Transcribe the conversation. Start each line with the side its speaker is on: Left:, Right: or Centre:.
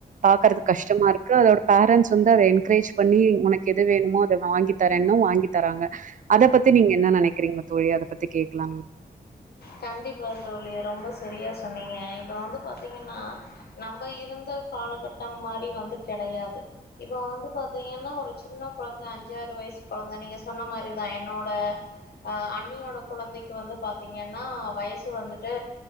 Right: பாக்குறது கஷ்டமா இருக்கு அதோட பேரண்ஸ் வந்து அதை என்கரேஜ் பண்ணி உனக் எது வேணுமோ அத வாங்கி தரேன்னு வாங்கி தராங்க அத பத்தி நீங்க என்ன நெனைக்கிறீங்க தோழி அத பத்தி கேக்கலானு
Left: கண்டிப்பா தோழி ரொம்ப சரியா சொன்னீங்க இப்ப வந்து பாத்தீங்கன்னா நம்ப இருந்த காலகட்டம் மாரி வந்து கெடையாது இப்ப வந்து பாத்தீங்கன்னா ஒரு சின்ன கொழந்த அஞ்சாறு வயசு கொழந்த நீங்க சொன்ன மாரிதா என்னோட ஆ அண்ணியோட கொழந்தைக்கு வந்து பாத்தீங்கன்னா வயசு வந்துட்டு